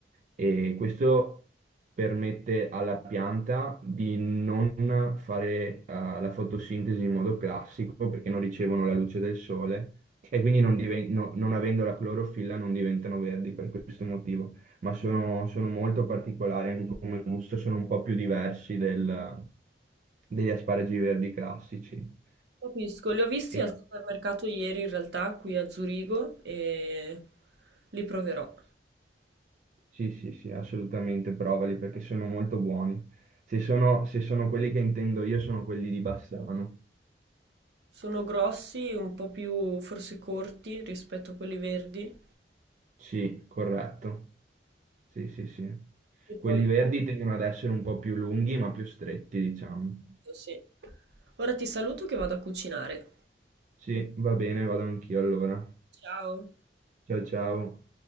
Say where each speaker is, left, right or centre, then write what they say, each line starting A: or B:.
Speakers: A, on the right; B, on the right.
A: e questo permette alla pianta di non fare eh, la fotosintesi in modo classico perché non ricevono la luce del sole e quindi non diven- no- non avendo la clorofilla non diventano verdi per questo motivo ma sono, sono molto particolari, anche come gusto sono un po' più diversi del- degli asparagi verdi classici.
B: Capisco, li ho visti
A: E-
B: al supermercato ieri in realtà qui a Zurigo e li proverò.
A: sì, sì, sì, assolutamente, provali perché sono molto buoni. Se sono, se sono quelli che intendo io, sono quelli di Bassano.
B: Sono grossi, un po' più forse corti rispetto a quelli verdi.
A: Sì, corretto. Sì, sì, sì.
B: Li
A: Quelli
B: proverò,
A: verdi tendono ad essere un po' più lunghi, ma più stretti, diciamo.
B: sì. Ora ti saluto che vado a cucinare.
A: Sì, va bene, vado anch'io allora.
B: Ciao.
A: Ciao, ciao.